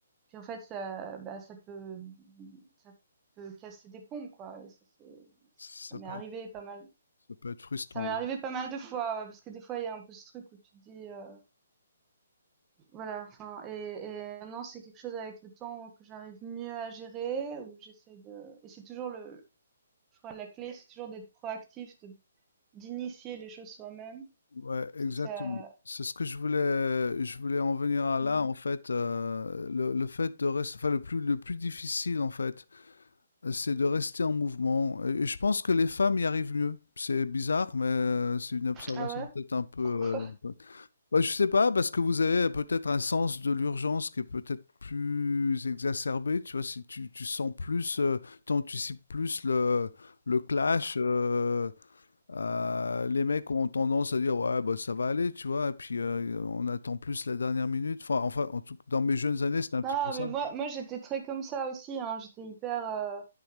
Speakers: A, on the right (about 20°); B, on the left (about 75°).
A: puis en fait ça bah ça peut ça peut casser des ponts quoi et ça c'est
B: ça
A: ça m'est
B: peut
A: arrivé
B: être,
A: pas mal
B: ça peut être frustrant.
A: ça m'est arrivé pas mal de fois ouais, parce que des fois il y a un peu ce truc où tu te dis euh, voilà enfin et et maintenant c'est quelque chose avec le temps que j'arrive mieux à gérer où j'essaie de et c'est toujours le je crois la clé c'est toujours d'être proactif de d'initier les choses soi-même
B: Ouais, exactement.
A: parce que ça
B: C'est ce que je voulais, je voulais en venir à là, en fait, euh, le, le fait de rester, enfin, le plus, le plus difficile, en fait, c'est de rester en mouvement. Et je pense que les femmes y arrivent mieux. C'est bizarre, mais euh, c'est une observation
A: ah ouais
B: peut-être un peu.
A: pourquoi
B: euh, un peu- Ouais, je sais pas, parce que vous avez peut-être un sens de l'urgence qui est peut-être plus exacerbé. Tu vois, si tu, tu sens plus, euh, t'anticipes plus le, le clash. euh, euh, les mecs ont tendance à dire ouais, bah, ça va aller, tu vois. Et puis euh, on attend plus la dernière minute. Enfin, enfin, en tout, dans mes jeunes années, c'était un petit
A: Non,
B: peu ça.
A: mais moi, moi j'étais très comme ça aussi, hein. J'étais hyper. euh,